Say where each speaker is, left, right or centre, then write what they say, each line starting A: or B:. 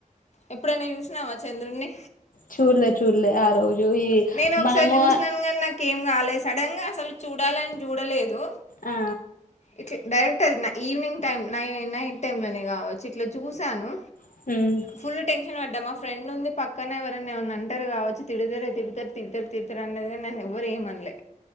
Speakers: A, on the left; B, on the left.
A: ఎప్పుడైనా చూసినావా చంద్రుణ్ణి
B: చూడ్లే చూడ్లే ఆ రోజు ఈ
A: నేను ఒకసారి
B: మనము
A: చూసినాను కానీ నాకు ఏం కాలే సడన్ గా అసలు చూడాలని చూడలేదు
B: ఆ
A: ఇట్లా డైరెక్ట్ అది ఈవినింగ్ టైం నై నైట్ టైంలనే కావచ్చు ఇట్లా చూసాను
B: మ్
A: ఫుల్ టెన్షన్ పడ్డా మా ఫ్రెండ్ ఉంది పక్కనే ఎవరైన ఏమన్న అంటారు కావచ్చు తిడితేరే తి తరు తీడుతారు తిడుతరు అన్నది కని నన్ను ఎవ్వరు ఏం అనలే